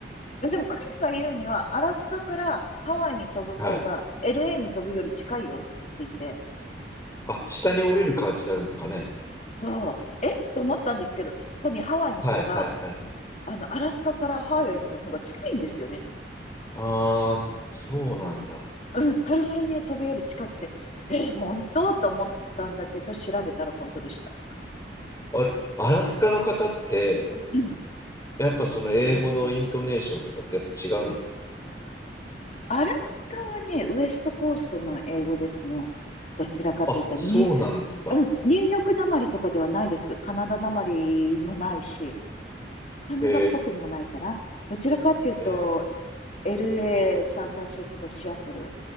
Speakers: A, on the left; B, on the left.
A: でも彼が言うには、アラスカからハワイに飛ぶ方が
B: はい。
A: LA に飛ぶより近いよって言っていて、
B: あ、下に降りる感じになるんですかね。
A: そう。えと思ったんですけど、確かにハワイの方が、
B: はい、はい、はい。
A: あの、アラスカからハワイの方が近いんですよね。
B: ああ、そうなんだ。
A: うん、カリフォルニア飛ぶより近くて、え、本当と思ったんだけど、調べたら本当でした。
B: あれ、アラスカの方って、
A: うん、
B: やっぱその英語のイントネーションとかってやっぱ違うんですか
A: うん、うん。アラスカはね、ウエストコーストの英語ですね。どちらかというと、
B: あ、そうなんですか。
A: に、うん、ニューヨークなまりとかではないです。カナダなまりもないし、カナダっぽくもないかな。
B: へ
A: どちらかというと、
B: え。
A: LA、サンフランシスコ、シアトル